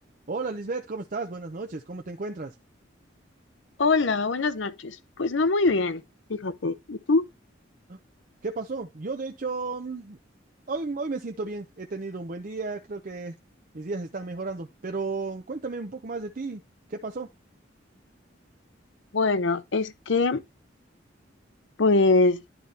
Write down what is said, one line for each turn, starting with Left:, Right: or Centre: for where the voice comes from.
Right: Hola Lisbeth, ¿cómo estás? Buenas noches, ¿cómo te encuentras?
Left: Hola, buenas noches. Pues no muy bien, fíjate. ¿Y tú?
Right: Ah, ¿Qué pasó? Yo de hecho, mm, hoy, hoy me siento bien, he tenido un buen día, creo que mis días están mejorando, pero cuéntame un poco más de ti, ¿qué pasó?
Left: Bueno, es que pues